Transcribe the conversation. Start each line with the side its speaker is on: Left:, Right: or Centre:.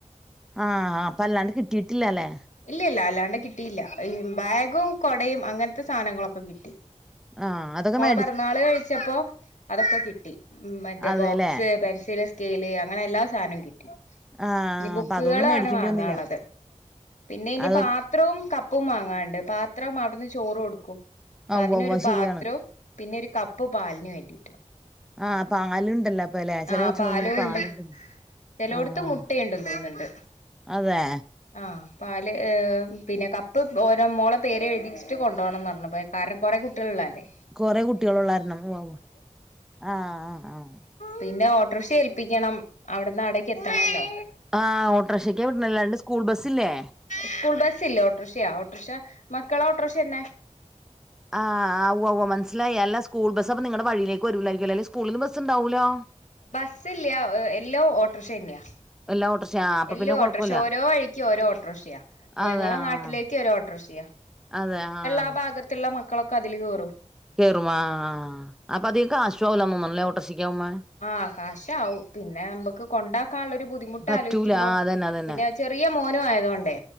Centre: ആഹ് അപ്പല്ലാണ്ട് കിട്ടിയിട്ടില്ലലേ
Left: ഇല്ല്യ ഇല്ല അല്ലാണ്ട് കിട്ടിയില്ല ഈ ബാഗും കൊടയും അങ്ങനത്തെ സാനങ്ങളൊക്കെ കിട്ടി.
Centre: ആഹ് അതൊക്കെ മേ
Left: പെറ്ന്നാൾ കഴിച്ചപ്പോ അതൊക്കെ കിട്ടി മറ്റേ
Centre: അതെല്ലേ
Left: ബോക്സ് പെൻസിൽ കേല് അങ്ങനെ എല്ലാ സാനം കിട്ട
Centre: ആ
Left: ഇനി ബുക്കുകളാണ്
Centre: അപ്പൊ അതുകൊണ്ട് മേടിക്കേണ്ടി
Left: വാങ്ങാള്ളത്
Centre: വന്നില്ല
Left: പിന്നെ ഇനി
Centre: അത്
Left: പ ത്രവും കപ്പും വാങ്ങാണ്ട് പാത്രം അവിടുന്ന് ചോറ് കൊടുക്കും അപ്പ
Centre: ആ ഉവ്വ
Left: അതിനൊരു
Centre: ഉവ്വ
Left: പാത്രവും
Centre: ശരിയാണ്
Left: പിന്നെ ഒരു കപ്പ് പാലിന് വേണ്ടിട്ടും
Centre: ആഹ് പാലുണ്ടല്ലോ പ്പലേ ചെറിയ
Left: ആഹ്
Centre: കൊച്ചുങ്ങക്ക്
Left: പാലും
Centre: പാലുണ്ടും
Left: ഉണ്ട് ചിലോടത്ത്
Centre: ആഹ്
Left: മുട്ടയുണ്ടെന്ന് തോന്നുന്നുണ്ട്
Centre: അതെ
Left: ആഹ് പാല് പിന്നെ കപ്പ് ഓരോ മോളെ പേര്ഴുതിച്ചിട്ട് കൊണ്ടപോണംന്ന് പറഞ്ഞു കാരണം കുറെേ കുട്വാളാ ളളത ല്ലേ
Centre: കൊറെ കുട്ടികളുള്ളരണം പോ ആഹ് ആഹ് ആഹ്
Left: പിന്നെ ഓട്ടോറിക്ഷ ഏൽപ്പിക്കണം അവിടന്ന്ടേക്ക് എത്തണല്ലോ
Centre: ആഹ് ഓട്ടോറിക്ഷയ്ക്ക് വിവിടുന്നല്ലാണ്ട് സ്കൂൾ ബസ്സ്ല്ലേ
Left: സ്കൂൾ ബസില്ല ഓട്ടൊറിക്ഷയ ഓട്ടോറിക്ഷ മക്കളാ ഓട്ടോറിക്ഷന്നെ
Centre: ആഹ് ആവോ മനസ്സിലായി അല്ല സ്കൂൾ ബസ്പ്പ നിങ്ങളടെ വഴിലേക്ക് വരൂലായിരിക്കും ല്ലേ അല്ലേ സ്കൂളിൽും ബസ് ഉണ്ടാവൊലോ
Left: ബസ് ഇല്ല എല്ലൊ ഓട്ടോറിക്ഷ ന്നെയാ
Centre: എല്ലാ ഓട്ടോറിക്ഷ ആഹ് അപ്പൊ
Left: എല്ല
Centre: പിന്നെ കൊഴപ്പല്ല
Left: ഓട്ടോറിക്ഷ ഓരോ വഴിക്ക് ഓരോ ഓട്ടോ റിക്ഷിയാ
Centre: അതെ
Left: ഞങ്ങളെ
Centre: ആഹ്
Left: നാട്ടിലേക്ക് ഒരോ ഓട്ടോ റിക്ഷിയാ
Centre: അതെ ആഹ്
Left: ആ ഭാഗത്തുള്ള മക്കളൊക്കെ അതില് കേറും
Centre: കേറും ആഹ് അപ്പ അതിക കാശുമാവില്ല ഓട്ടാറിക്ഷകാവുബൊ
Left: ആഹ് കാശാവും പിന്നെ നമ്മക്ക് കൊണ്ടാക്കാനുള്ളരു ബുദ്ധിമുട്ട്
Centre: പറ്റൂല
Left: ആലോചിക്കുമ്പോ
Centre: ആഹ് അതന്നെ അതന്നെ
Left: പിന്നെ ചെറിയ മോനും ആയതൊണ്ടേ